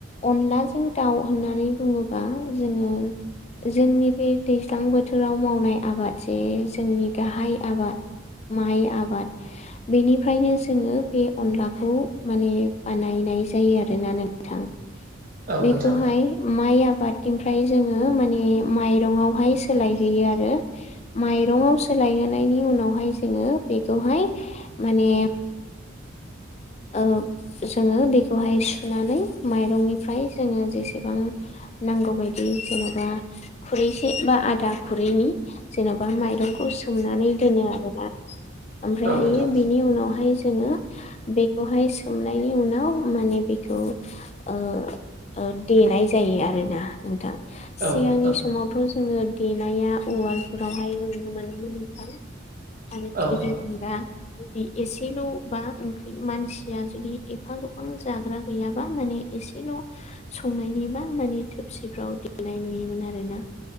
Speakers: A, on the left; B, on the right.
A: अनलाजों दाउ होननानै बुङोबा जों ओ जोंनि बे दैज्लां बोथोर बोराव मावनाय आबाद जे जोंनि गाहाय आबाद माइ आबाद बेनिफ्रायनो जोङो बे अनलाखौ माने बानाय बनाय जायो आरोना नोंथां।
B: औ
A: बेखौहाय
B: नोंथां
A: माइ आबादनिफ्राय जोङो माने माइरङावहाय सोलाय होयो आरो मायरङाव सोलायहोनायनि उनावहाय जोङो बेखौहाय माने ओ जोङो बेखौहाय सुनानै माइरंनिफ्राय जोङो जेसेबां नांगौ बायदि जेन'बा खुरैसे बा आ दा खुरैनि जेन'बा माइरंखौ सोमनानै दोनो आरोना ओमफ्रायहायो
B: औ नोंथां
A: बेनि उनावहाय जोङो बेखौहाय सोमनायनि उनाव बेखौ माने बेखौ ओओ देनाय जायो आरोना नोंथां
B: औ
A: सिगांनि
B: औ
A: समावथ' जोङो देनाया उवालफोरावहाय नुनो मोनोमोन नोंथां आरो
B: औ
A: बेनिअनगा जुदि एसेल' बा ओंख्रि मानसिया जुदि एफा गोबां जाग्रा गैयाबा माने एसेल' संनायनिबा माने थोरसिफ्राव देनाय नुयोमोन आरोना